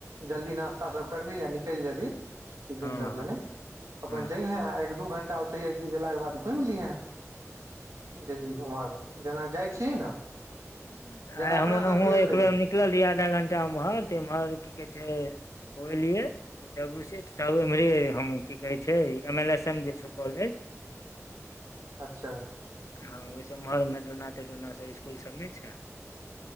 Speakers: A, on the right; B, on the left.
A: जल्दी नास्ता सभ करबी आ निकलि जेबी टिफिन
B: हँ
A: सभ लेने
B: हँ
A: अपन
B: हँ
A: जइहे आ एक दू घंटा ओतहि गेलाक बाद घुमि लिहे।
B: हम्म,
A: डेली ओम्हर जेना जाइ छी ने?
B: हँ, तऽ
A: जेना
B: आइ हम
A: अपना
B: ओनहुँ
A: सब गेल
B: एक
A: रहियौ
B: बेरमे निकल रहियै, आधा घंटा उम्हर तऽ एम्हर की कहै छै? बोझलियए तऽ से उम्हरे हम की कहे छै एम एल एस एम जे छौ कॉलेज
A: अच्छा
B: हँ ओहि सँ उम्हर मेडोना तेडोना सब स्कुल सब नहि छै